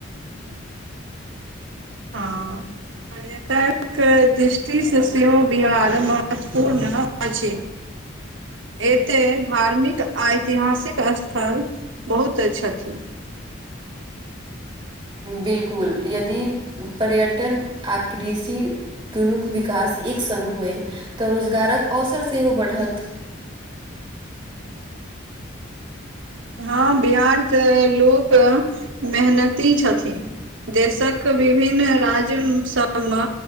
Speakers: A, on the right (about 70°); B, on the right (about 25°).
A: हँ पर्यटक दृष्टि सँ सेहो बिहार महत्वपूर्ण अछि एते धार्मिक आ ऐतिहासिक स्थल बहुत छथि
B: बिल्कुल यदि पर्यटन आ कृषि दुनूक विकास एक संग होय तऽ रोजगारक अवसर सेहो बढ़त
A: हँ बिहारके लोक मेहनती छथि देशक विभिन्न राज्य सभ म